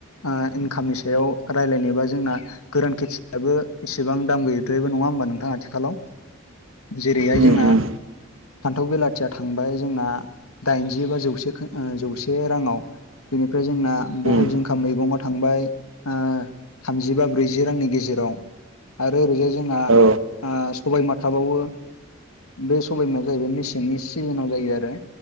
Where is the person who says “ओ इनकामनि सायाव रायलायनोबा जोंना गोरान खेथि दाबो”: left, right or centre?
Left